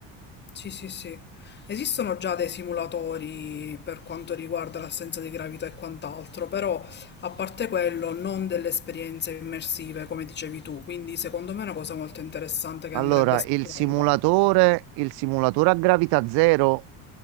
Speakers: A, on the left; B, on the right.
A: Sì, sì, sì. Esistono già dei simulatori per quanto riguarda l'assenza di gravità e quant'altro, però a parte quello non delle esperienze immersive come dicevi tu, quindi secondo me è una cosa molto interessante che
B: Allora,
A: andrebbe esplorata.
B: il simulatore, il simulatore a gravità zero,